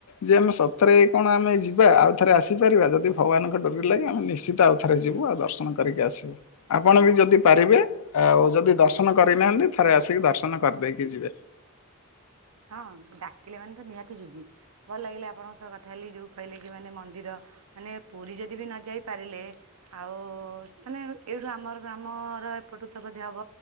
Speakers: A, on the left (about 70°); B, on the right (about 75°).
A: ଯେ ଆମେ ସତରେ କଣ ଆମେ ଯିବା ଆଉ ଥରେ ଆସିପାରିବା ଯଦି ଭଗବାନଙ୍କ ଡୋରି ଲାଗେ ଆମେ ନିଶ୍ଚି ତ ଆଉ ଥରେ ଯିବୁ ଆଉ ଦର୍ଶନ କରିକି ଆସିବୁ ଆପଣ ବି ଯଦି ପାରିବେ ଆଉ ଯଦି ଦର୍ଶନ କରିନାହାନ୍ତି ଥରେ ଆସିକି ଦର୍ଶନ କରିଦେଇକି ଯିବେ।
B: ହଁ ଡାକିଲେ ମାନେ ତ ନିହାତି ଯିବି ଭଲ ଲାଗିଲା ଆପଣଙ୍କ ସହ କଥା ହେଲି ଯୋଉ କହିଲେ କି ମାନେ ମନ୍ଦିର ମାନେ ପୁରୀ ଯଦି ବି ନ ଯାଇ ପାରିଲେ ଆଉ ମାନେ ଏଇଠୁ ଆମର ଆମର ଏପଟୁ ତ ବୋଧେ ହବ